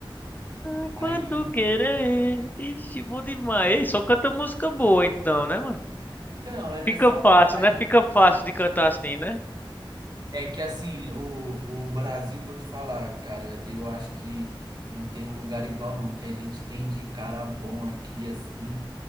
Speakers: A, on the left; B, on the right.
A: é quanto
B: Aí,
A: querer. Ixi, bom demais. Ei, só canta música boa então, né, mano?
B: então, é nessa
A: Fica fácil,
B: vibe.
A: né? Fica fácil de cantar assim, né?
B: É que assim, o, o Brasil, vou te falar, cara, eu acho que não tem um lugar igual, não. O que a gente tem de cara bom aqui, assim,